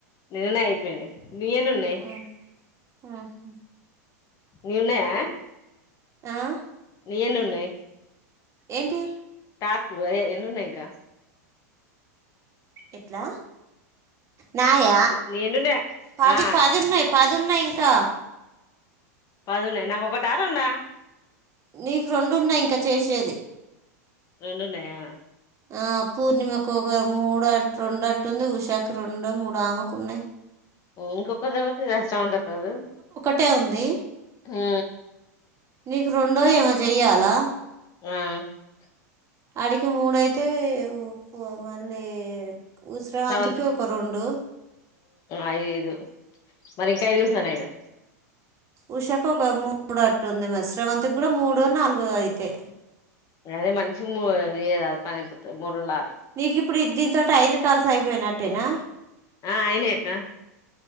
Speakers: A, on the left; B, on the right.
A: నిన్ననే అయిపోయింది నీనునే
B: ఉ- ఉహు.
A: నున్నాయా
B: ఆ
A: ఎందున్నాయ్
B: ఏంటి
A: టాస్క్లు అదే ఏనున్నాయ్ ఇంకా
B: ఎట్లా నాయ
A: నీ ఎన్నున్నాయి
B: పది
A: ఆ
B: పద్దున్నాయ్. పద్ నున్నాయి ఇంకా.
A: పదున్నాయ్ నాకు ఒకటా రెండా.
B: నీకు రెండున్నాయి ఇంకా చేశేది.
A: రెండు ఉన్నాయా.
B: ఆ పూర్ణిమకు ఒక మూడట్ రెండు అట్టు ఉంది. ఉషాకి రెండో మూడో ఆమెకున్నయి.
A: ఓ ఇంకొ కొంతమంది ఆ సౌండ్ తక్కువ అవ్వదూ
B: ట్టే ఉంది
A: హా
B: నీకు రెండో ఏమో జేయాలా
A: <unintelligible>
B: అడికి ముడైతే హుఫా మళ్ళీ శ్రవంతికి
A: హు
B: ఒక రెండు
A: ఐదు మరి ఇంకా ఐదు ఉంటాన్నాయ్గా
B: ఉషకు ఒక మూడ <inaudible> అట్టు ఉంది మరి. శ్రవంతికి గూడా మూడో నాలుగోద్ అయితే.
A: అదే మనిషికి మూడు వేలు ఇయ్యరాదు పనైపోతది మూడు రోజులు ఆగ్
B: నీకు ఇప్పుడు దీని తోటి ఐదు కాల్స్ అయిపోయినట్. టేనా
A: ఆ అయినయ్ అక్కా.